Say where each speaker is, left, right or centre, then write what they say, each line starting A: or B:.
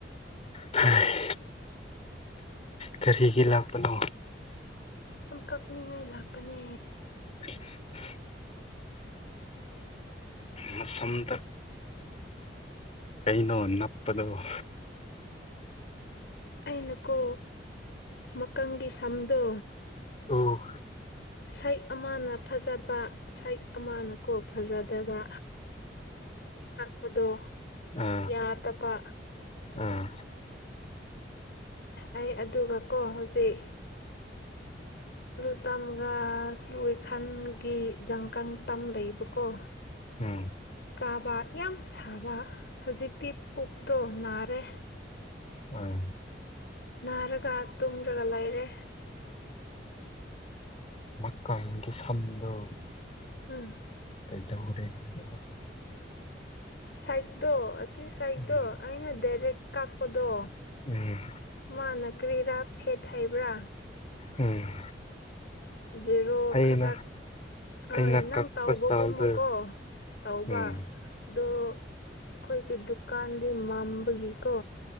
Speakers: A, on the left; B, on the left.
A: ꯍꯥꯏ ꯀꯔꯤꯒꯤ ꯂꯥꯛꯄꯅꯣ
B: ꯁꯨꯝ ꯀꯛꯅꯤꯡꯉꯥꯏ ꯂꯥꯛꯄꯅꯦ
A: <unintelligible> ꯃꯥꯁꯝꯗ ꯀꯩꯅꯣ ꯅꯞꯄꯗꯣ
B: ꯑꯩꯅꯀꯣ ꯃꯀꯪꯒꯤ ꯁꯝꯗꯣ
A: ꯑꯣ
B: ꯁꯥꯏꯛ ꯑꯃꯅ ꯐꯖꯕ ꯁꯛꯏ ꯑꯃꯅ ꯀꯣ ꯐꯖꯗꯕ ꯀꯛꯄꯗꯣ
A: ꯑꯥ
B: ꯌꯥꯗꯕ
A: ꯑꯥ
B: ꯑꯩ ꯑꯗꯨꯒꯀꯣ ꯍꯧꯖꯤꯛ ꯂꯨ ꯆꯝꯒ ꯂꯨꯏꯈꯜꯒꯤ ꯖꯪꯀꯟ ꯇꯝ ꯂꯩꯕꯀꯣ
A: ꯎꯝ
B: ꯆꯥꯕ ꯌꯥꯝ ꯁꯥꯕ ꯍꯧꯖꯤꯛꯇꯤ ꯄꯨꯛꯇꯣ ꯅꯥꯔꯦ
A: ꯎꯝ
B: ꯅꯥꯔꯒ ꯇꯨꯝꯔꯒ ꯂꯩꯔꯦ
A: ꯃꯀꯪꯒꯤ ꯁꯝꯗꯣ
B: ꯎꯝ
A: ꯀꯩꯗꯧꯔꯦ ꯍꯥꯏꯕꯅꯣ
B: ꯁꯥꯏꯛꯇꯣ ꯑꯁꯤ ꯁꯥꯏꯛꯇꯣ
A: ꯎꯝ
B: ꯑꯩꯅ ꯗꯥꯏꯔꯦꯛ ꯀꯥꯛꯄꯗꯣ
A: ꯎꯝ
B: ꯃꯥꯅ ꯀꯔꯤꯔꯥ ꯐꯦꯠ ꯍꯩꯕ꯭ꯔꯥ
A: ꯎꯝ
B: ꯖꯦꯔꯣ
A: ꯑꯩꯅ
B: ꯈꯔꯛ ꯍꯣꯏ
A: ꯑꯩꯅ
B: ꯅꯪ
A: ꯀꯛꯄ
B: ꯇꯧꯕꯒꯨꯝꯃꯀꯣ
A: ꯇꯥꯜꯗ
B: ꯇꯧꯕ
A: ꯎꯝ
B: ꯑꯗꯣ ꯑꯩꯈꯣꯏꯒꯤ ꯗꯨꯀꯥꯟꯗꯤ ꯃꯝꯕꯒꯤꯀꯣ